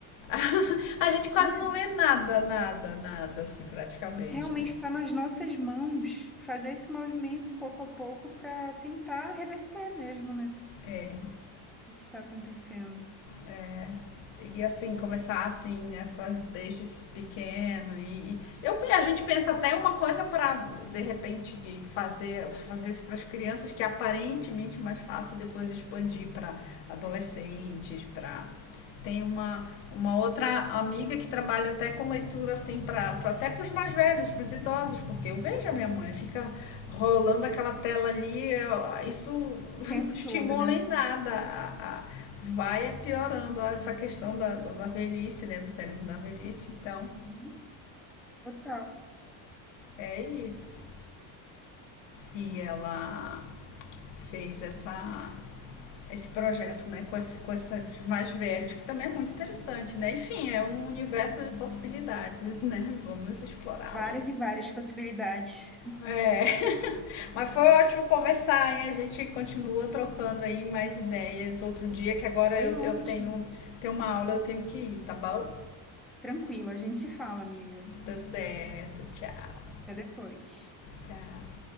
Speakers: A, on the left; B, in the centre.
A: <laughs> a gente quase
B: É,
A: não lê nada, nada, nada, assim, praticamente,
B: realmente
A: né?
B: está nas nossas mãos fazer esse movimento pouco a pouco para tentar reverter mesmo, né?
A: É,
B: o que está acontecendo
A: É, e assim, começar assim, nessa, desde pequeno. E, e eu, a gente pensa até uma coisa para, de repente, fazer, fazer isso para as crianças, que é aparentemente mais fácil depois expandir para adolescentes, para tem uma, uma outra amiga que trabalha até com leitura assim para pra, até para os mais velhos, para os idosos, porque eu vejo a minha mãe fica rolando aquela tela ali, eu, isso <laughs>
B: o tempo
A: não estimula
B: todo, né?
A: em nada. A, a, vai é piorando essa questão da, da velhice, né, do cérebro da velhice, então
B: Sim, total.
A: é isso. E ela fez essa esse projeto, né, com, esse, com esses mais velhos, que também é muito interessante, né? Enfim, é um universo de possibilidades, né? Vamos explorá-lo.
B: Várias e várias possibilidades.
A: É, mas foi ótimo conversar, hein? A gente continua trocando aí mais ideias outro dia, que agora
B: Foi
A: eu,
B: ótimo.
A: eu tenho, tenho uma aula, eu tenho que ir, tá bom?
B: Tranquilo, a gente se fala, amiga.
A: Tá certo, tchau,
B: Até depois.
A: tchau.